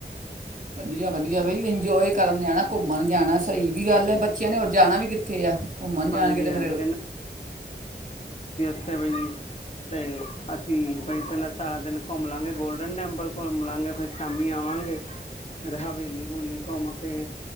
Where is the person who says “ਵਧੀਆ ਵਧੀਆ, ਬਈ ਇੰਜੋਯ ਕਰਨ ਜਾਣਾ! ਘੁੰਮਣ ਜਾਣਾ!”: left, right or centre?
Right